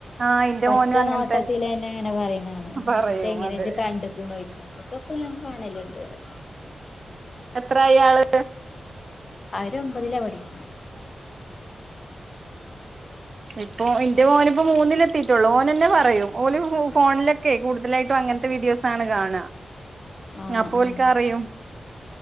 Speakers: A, on the right; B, on the left.
A: ആഹ് ഇന്റെ
B: ഒറ്റനോട്ടത്തില്
A: മോനും അങ്ങനെ
B: തന്നെ അങ്ങനെ പറയുന്നാണ്
A: പറയും
B: ഇതെങ്ങനെയാെ
A: അത്
B: കണ്ട കണോയ്ക്ക അപ്പത്തൊക്കെ ഞാക്ക് കാണലുണ്ട് പറയും
A: എത്ര അയാള്
B: അവര് ഒമ്പതിലാ പഠിക്കണെ
A: ഇപ്പൊ എന്റെ മോനി ഇപ്പോ മൂന്നിലെത്തിയിട്ടുള്ളൂ ഓനന്നെ പറയും ഓന് ഫോണിലൊക്കെ കൂടുതലായിട്ടും അ അങ്ങനത്തെ വീഡിയോസാണ് കാണ്ക
B: ആഹ്
A: അപ്പോലക്കറിയും
B: ആഹ്